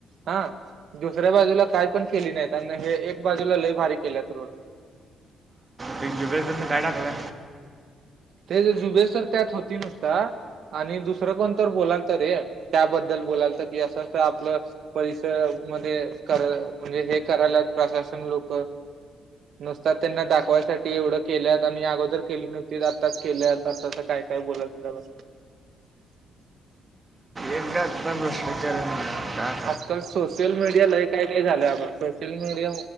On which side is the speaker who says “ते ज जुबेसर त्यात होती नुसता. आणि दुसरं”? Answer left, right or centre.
Right